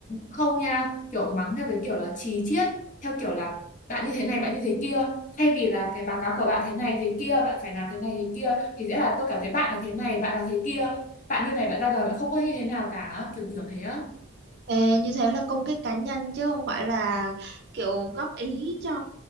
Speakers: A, on the left; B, on the right.
A: không nha kiểu mắng theo cái kiểu là chí chiết theo kiểu là bạn như thế này bạn như thế kia thay vì là cái báo cáo của bạn thế này thế kia bạn phải làm thế này thế kia thì sẽ là tôi cảm thấy bạn là thế này bạn là thế kia bạn như này bạn ra đời bạn không có như thế nào cả kiểu kiểu thế á
B: Ê, như thế là công kích cá nhân chứ không phải là kiểu góp ý cho